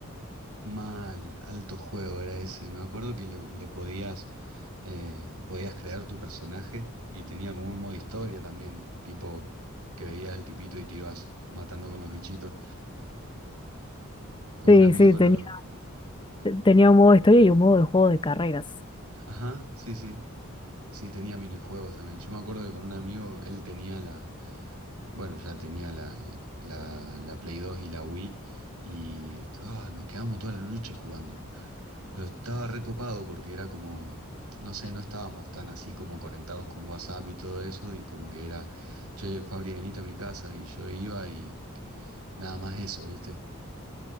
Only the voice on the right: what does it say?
mal, alto juego era ese. Me acuerdo que le, le podías, eh, podías crear tu personaje y tenía como un modo historia también, tipo que veías al tipito y te ibas matando con los bichitos. Con
un amigo
lo...
Ajá, sí, sí. Sí, tenía minijuegos también. Yo me acuerdo que con un amigo, él tenía la, bueno, ya tenía la, la, la Play dos y la Wii y ah, nos quedamos toda la noche jugando. Pero estaba recopado porque era como, no sé, no estábamos tan así como conectados con WhatsApp y todo eso y como que era, che, Fabri, venite a mi casa y yo iba y nada más eso, ¿viste?